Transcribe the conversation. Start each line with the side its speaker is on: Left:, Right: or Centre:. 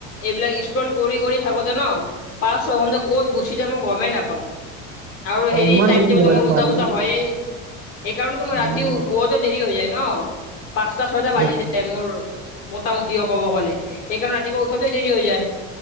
Left: এইবিলাক স্ক্ৰল কৰি কৰি থাকোতে ন পাঁচ ছয়ঘণ্টা ক'ত গুচি যায় মই গমেই নাপাওঁ। আৰু হেৰি
Right: অ ইমান
Left: টাইম
Right: বেছি
Left: টেবুলটো
Right: মোবাইল
Left: মোৰ
Right: চোৱা
Left: উল্টা
Right: নে
Left: পুল্টা হয়ে সেইকাৰণে তো মই ৰাতি
Right: উম
Left: শুৱটো দেৰি হৈ যায় ন। পাঁচটা ছয়টা বাজি
Right: এক
Left: যায় মোৰ মোটামুটিও ক'ব গ'লে। সেইকাৰণে ৰাতিপোৱা উঠোতে দেৰি হৈ যায়।